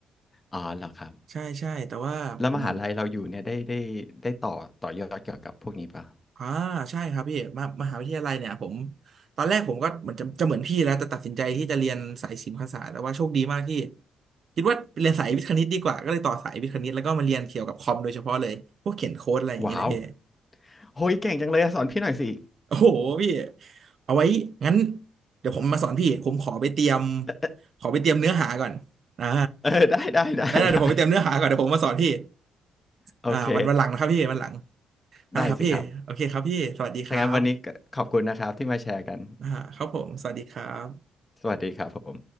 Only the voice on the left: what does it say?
อ๋อเหรอครับ
แล้วมหาลัยเราอยู่เนี่ยได้ได้ได้ต่อต่อยอดเกี่ยวกับพวกนี้ปะ
ว้าวโหยเก่งจังเลยอะสอนพี่หน่อยสิ
เออ
เออได้ได้ได้ได้
โอเค
ได้สิครับถ้างั้นวันนี้ก็ขอบคุณนะครับที่มาแชร์กัน
สวัสดีครับผม